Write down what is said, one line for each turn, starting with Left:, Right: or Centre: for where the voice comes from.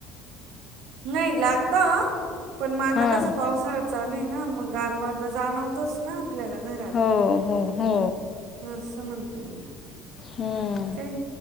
Right: नाही लागतं, पण मग आता
Left: हां
Right: कसं पावसाळ्यात चालू आहे ना मग गारवा तर जाणवतच ना आपल्याला घरात.
Left: हो हो हो
Right: असं म्हणते मी.
Left: हम्म,
Right: बाकी काही